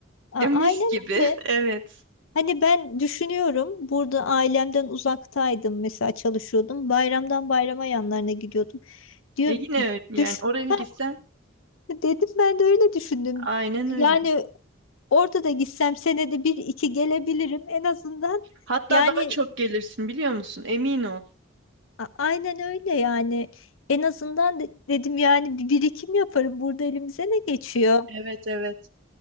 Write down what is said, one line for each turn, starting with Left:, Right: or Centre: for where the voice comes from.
Left: A-
Right: E mis
Left: aynen
Right: gibi
Left: öyle.
Right: <laughs> evet.
Left: Hani ben düşünüyorum burada ailemden uzaktaydım mesela çalışıyordum. Bayramdan bayrama yanlarına gidiyordum. Diyor,
Right: E yine öyle yani
Left: düş
Right: oraya
Left: Ha,
Right: gitsen
Left: dedim ben de öyle düşündüm.
Right: aynen
Left: Yani
Right: öyle.
Left: orada da gitsem senede bir iki gelebilirim en azından.
Right: Hatta
Left: Yani
Right: daha çok gelirsin biliyor musun? Emin ol.
Left: a- aynen öyle yani. En azından de- dedim yani bir birikim yaparım. Burada elimize ne geçiyor?
Right: Evet evet.